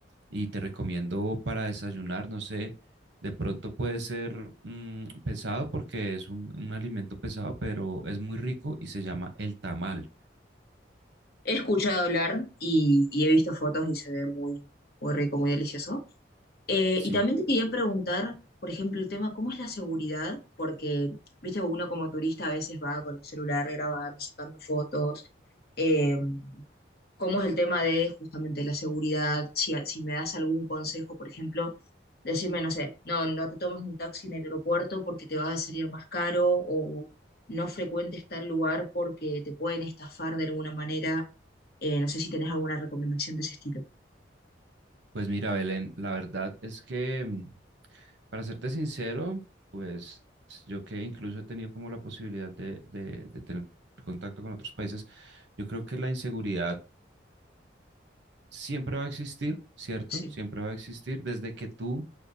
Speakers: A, on the right; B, on the left.
A: y te recomiendo para desayunar, no sé, de pronto puede ser mm, pesado porque es un, un alimento pesado, pero es muy rico y se llama el tamal.
B: He escuchado hablar y, y he visto fotos y se ve muy, muy rico, muy delicioso. Eh,
A: Sí,
B: y también te quería preguntar, por ejemplo, el tema, ¿cómo es la seguridad? Porque, viste, uno como turista a veces va con el celular grabando, sacando fotos. em, cómo es el tema de justamente la seguridad, si, si me das algún consejo, por ejemplo, decirme, no sé, no, no te tomes un taxi en el aeropuerto porque te va a salir más caro o no frecuentes tal lugar porque te pueden estafar de alguna manera. Eh, no sé si tenés alguna recomendación de ese estilo.
A: Pues mira, Belén, la verdad es que, mm, para serte sincero, pues yo que incluso he tenido como la posibilidad de, de- de tener contacto con otros países, yo creo que la inseguridad siempre va a existir, ¿cierto?
B: Sí,
A: Siempre va a existir desde que tú